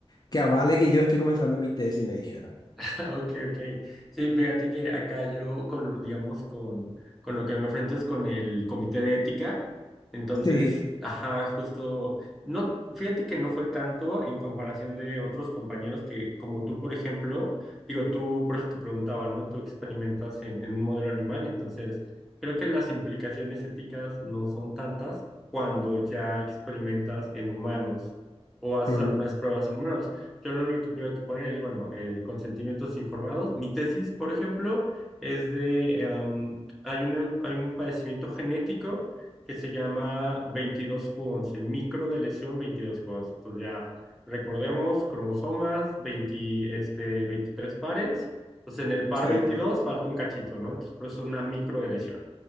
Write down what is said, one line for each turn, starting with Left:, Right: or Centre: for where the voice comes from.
Left: Que avale que yo estoy comenzando mi tesis, me dijera
Centre: <laughs> Ok, ok. Sí, fíjate que acá yo con, digamos, con, con lo que me enfrento es con el comité de ética. Entonces,
Left: Sí.
Centre: ajá, justo, no, fíjate que no fue tanto en comparación de otros compañeros que, como tú, por ejemplo, digo, tú, por eso te preguntaba, ¿no? Tú experimentas en, en un modelo animal, entonces, creo que las implicaciones éticas no son tantas cuando ya experimentas en humanos o haces
Left: mm,
Centre: algunas pruebas en humanos. Yo lo único que tuve que poner es, bueno, eh, consentimientos informados. Mi tesis, por ejemplo, es de, em, hay un, hay un padecimiento genético que se llama veintidós q once micro de lesión 22q11. Entonces ya recordemos cromosomas, 20, este, 23 pares. Entonces en el par
Left: sí.
Centre: veintidós falta un cachito, ¿no? Entonces por eso es una micro de lesión.